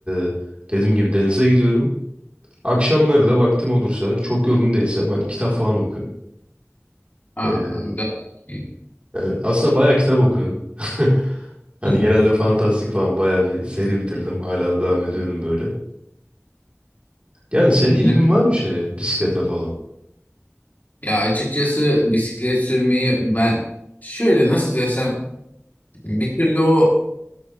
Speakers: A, on the right (about 25°); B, on the left (about 35°).
A: e, dediğim gibi denize gidiyorum. Akşamları da vaktim olursa çok yorgun değilsem hani kitap falan okuyorum.
B: Ha,
A: E,
B: gayet iyi.
A: yani aslında bayağı kitap okuyorum. <laughs> Hani
B: Hı hı.
A: genelde fantastik falan bayağı bir seri bitirdim. Hala da devam ediyorum böyle. Yani senin
B: Öyle-
A: ilgin var mı şeye bisiklete falan?
B: Ya açıkçası bisiklet sürmeyi ben şöyle nasıl desem bir türlü o